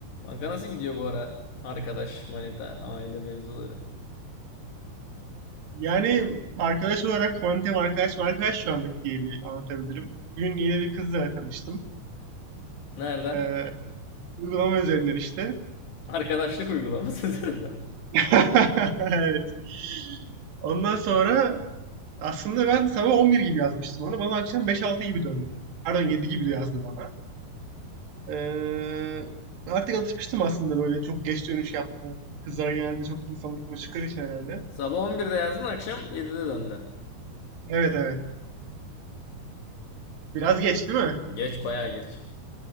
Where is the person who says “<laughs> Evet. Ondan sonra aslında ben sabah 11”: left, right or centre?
Right